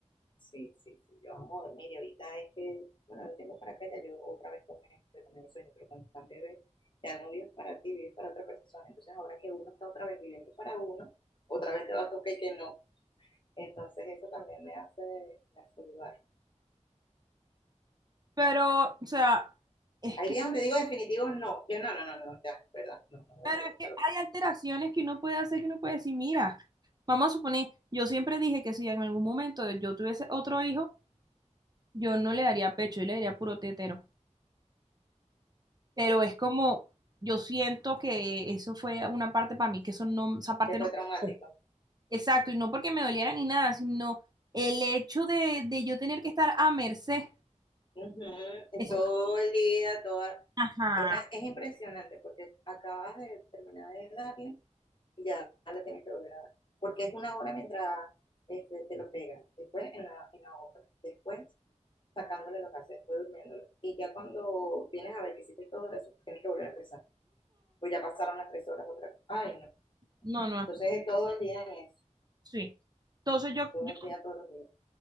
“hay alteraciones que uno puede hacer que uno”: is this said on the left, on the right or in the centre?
Right